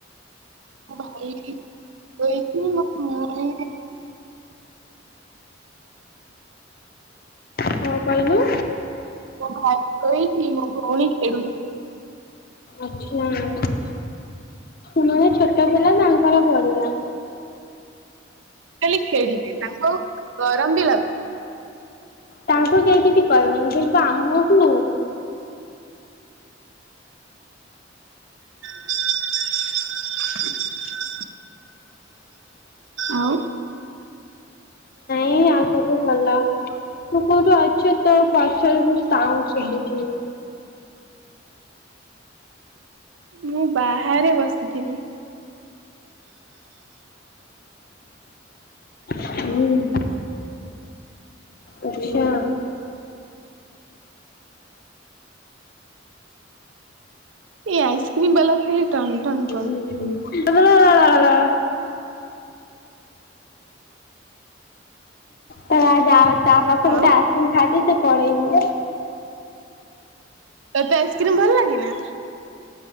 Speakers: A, on the right; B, on the left.
A: ଭାଇ ସୋଇଛି ଆଉ ଭଉଣୀ
B: କଣ କହିଲୁ?
A: ମୋ ଭାଇ ଶୋଇଛି ମୋ ଭଉଣୀ ଖେଳୁଛି।
B: ଛୁଆଁ ସେମାନେ ଛୋଟ ପିଲା ତାଙ୍କର ବଢ଼ିଆ।
A: ଖାଲି ଖେଳିବି ତାଙ୍କୁ ଗରମ ବି ଲାଗୁ
B: ତାଙ୍କୁ କେହି କିଛି କହିବେନି କିନ୍ତୁ ଆମକୁ
A: <unintelligible> ଆଉ
B: ନାଇ ଆଉ ସବୁ ଭଲ। ତୁ କଉଠି ଅଛୁ ତ ପଛରୁ ସାଉଣ୍ଡ ଶୁଭୁଛି।
A: ମୁଁ ବାହାରେ ବସିଥିଲି।
B: ହୁଁ। <inaudible> ଆଛା।
A: ଏଇ ଆଇସିକ୍ରିମ ବଲା ଟା ଖାଲି ଟନ ଟନ
B: <inaudible> ତ ଯାଅ ତା ପାଖରୁ
A: ଆଉ
B: ଗୋଟେ ଆଇସକ୍ରିମ ଖାଇଦିଅ ସେ ପଳେଇବ।
A: ତୋତେ ଆଇସ୍କ୍ରିମ୍ ଭଲ ଲାଗେ ନା?